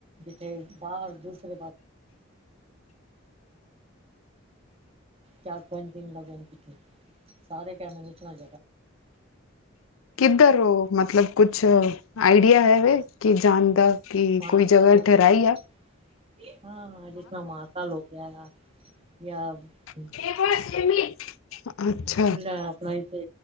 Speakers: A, on the right (about 30°); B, on the left (about 85°).
A: <inaudible> ਅੱਛਾ। ਟਾਈਮ ਚਾਰ-ਪੰਜ ਦਿਨ ਲਗਣੇ। ਸਾਰੇ ਕਹਿ ਨੂੰ ਨੀ ਸੁਣਾ <unintelligible>
B: ਕਿੱਧਰ ਉਹ ਮਤਲਬ ਕੁਛ ਆਈਡੀਆ ਹੈਵੇ ਕਿ ਜਾਣ ਦਾ ਕਿ
A: ਮਹਾਕਾਲ
B: ਕੋਈ ਜਗ੍ਹਾ
A: ਹੋ
B: ਠਹਿਰਾਈ
A: ਗਿਆ ਜਿਸ
B: ਆ
A: ਹਾਂ ਹਾਂ ਜਿਸ <unintelligible>
B: <unintelligible> ਅੱਛਾ
A: ਲੈ ਆਪਣਾ ਇੱਥੇ